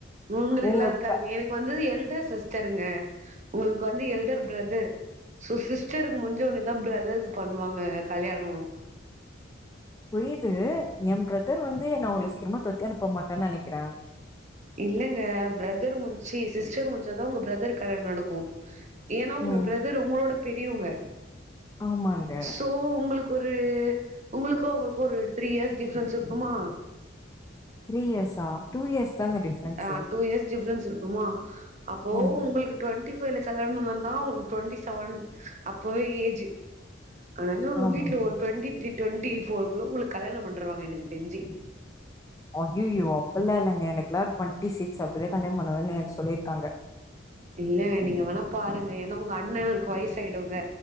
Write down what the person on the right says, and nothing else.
உங்களுக்குலா
இருக்காதுங்க
எனக்கு வந்து எல்டர் சிஸ் சிஸ்டருங்க உங்களுக்கு வந்து எல்டர் பிரதர் சிஸ்டருக்கு முடிஞ்சோன்னிதான் பிரதருக்கு பண்ணுவாங்க கல்யானோம்
இல்லங்க பிரதர் முன் சி சிஸ்டர் முடிச்சாதான் உங்க பிரதர்க்கு கல்யாணம் நடக்கும் ஏன்னா உங்க
பிரதர் உங்களோட பெரியவங்க
சோ உங்களுக்கு ஒரு உங்களுக்கும் அவுகளுக்கு ஒரு த்ரீ இயர்ஸ் டிஃரன்ஸ் இருக்குமா
ஆ டூ இயர்ஸ் டிஃரென்ஸ் த்திருக்குமா அப்போ
உங்களுக்கு டுவெண்டி ப்பவெல கல்யாண வந்தா அவங்களுக்கு டுவென்டி செவன் அப்பவே ஏஜ் அனா உங்க
வீட்டுல ஒரு டுவெண்டி த்ரி டுவென்டி ஃபோர்குல்ல உங்களுக்கு கல்யாணம் பண்றவாங்க எனக்கு தெரிஞ்சு
இல்ல நீங்க வேனா பாருங்க ஏன்னா உங்க அண்ணக்கு வயசு ஆயிடுங்க